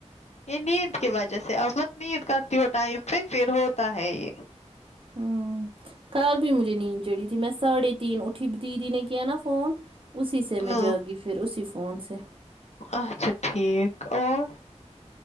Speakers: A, on the left (about 70°); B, on the right (about 50°).
A: یہ نیند کی وجہ سے آپ بہت نیند کرتی ہو ٹائم پہ پھر ہوتا ہے یہ
B: ہوں کل بھی مجھے نیند چڑھی تھی میں ساڑھے تین اٹھی دیدی نے کیا نا فون اسی سے میں
A: ہاں
B: جا گی پھر اسی فون سے
A: اچھا ٹھیک اور